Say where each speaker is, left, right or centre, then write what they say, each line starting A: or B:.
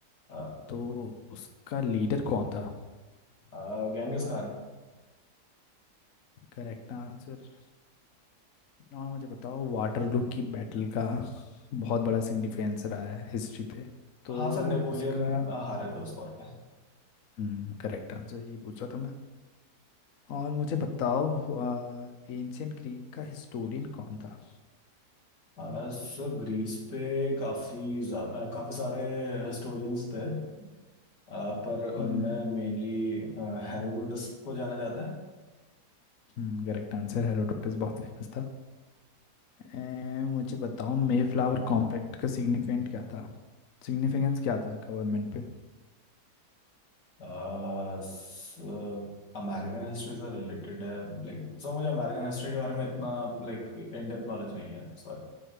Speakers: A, on the left; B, on the left.
A: अ,
B: तो उसका लीडर कौन था
A: अ, गेंगिस खान
B: Correct answer और मुझे बताओ वाटरलू की बैटल का बहुत बड़ा सिग्निफिकेंस रहा है हिस्ट्री पे तो
A: हाँ सर नेपोलियन
B: इसका
A: हारे थे उस वॉर पे
B: हम्म करेक्ट आंसर ये पूछ रहा था मैं और मुझे बताओ एंशियंट ग्रीक का हिस्टोरियन कौन था
A: अ, सर ग्रीस पे काफी जा- अ, काफी सारे हिस्टोरियंस थे अ, पर उनमें
B: हम्म
A: मेनली हेरोडोटस को जाना जाता है
B: हम्म करेक्ट आंसर हेरोडोटस बहुत फेमस था ए, मुझे बताओ मे फ्लावर कॉम्पैक्ट का सिग्निफिकेंट क्या था सिग्निफिकेंस क्या था गवर्नमेंट पे
A: आ, स, अमेरिकन हिस्ट्री से रिलेटेड है लाइक सो मुझे अमेरिकन हिस्ट्री के बारे में इतना लाइक इन डेप्थ नॉलेज नहीं है sorry